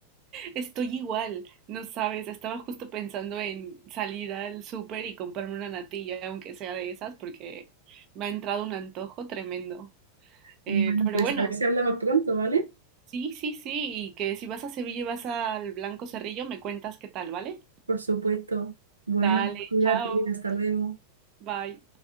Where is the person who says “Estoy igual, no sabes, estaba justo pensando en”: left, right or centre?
Right